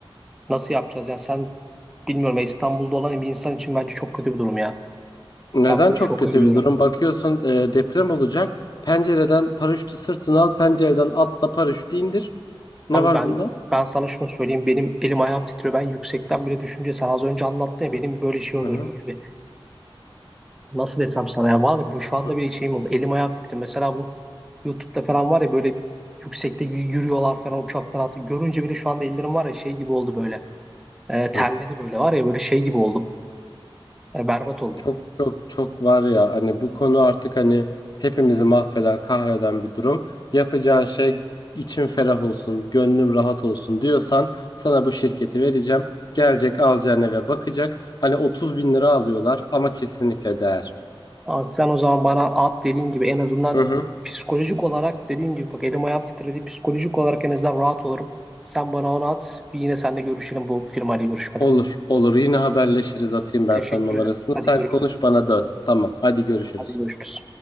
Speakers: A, in the centre; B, on the left (about 45°).
A: nasıl yapacağız. Yani sen bilmiyorum ya İstanbul'da olan bir insan için bence çok kötü bir durum ya.
B: Neden
A: Ben böyle
B: çok
A: şoka
B: kötü
A: giriyorum.
B: bir durum? Bakıyorsun e, deprem olacak. Pencereden paraşütü sırtına al, pencereden atla paraşütü indir. Ne
A: Abi
B: var
A: ben
B: bunda?
A: ben sana şunu söyleyeyim benim elim ayağım titriyor. Ben yüksekten bile düşünce sen az önce anlattın ya benim böyle şey oluyorum
B: Aha.
A: böyle bir nasıl desem sana ya valla bu şu anda
B: Hı
A: bile şeyim oldu. Elim ayağım titriyor. Mesela bu YouTube'da falan var ya böyle yüksekte y- yürüyorlar falan uçaktan atı. Görünce bile şu anda ellerim var ya şey gibi oldu böyle. Ee, terledi
B: hı.
A: böyle var ya böyle şey gibi oldum. Ee, berbat oldum.
B: Çok çok çok var ya hani bu konu artık hani hepimizi mahveden, kahreden bir durum. Yapacağın şey içim ferah olsun, gönlüm rahat olsun diyorsan sana bu şirketi vereceğim. Gelecek alacağın eve bakacak. Hani 30 bin lira alıyorlar ama kesinlikle değer.
A: Abi sen o zaman bana at dediğin gibi en azından
B: Hı hı.
A: psikolojik olarak dediğim gibi bak elim ayağım titredi. Psikolojik olarak en azından rahat olurum. Sen bana onu at. Bir yine seninle görüşelim bu firmayla görüşmeden.
B: Olur, olur. Yine haberleşiriz. Atayım
A: Teşekkür
B: ben sana numarasını.
A: ederim. Hadi
B: Sen
A: görüşürüz.
B: konuş bana dön. Tamam. Hadi görüşürüz.
A: Hadi görüşürüz.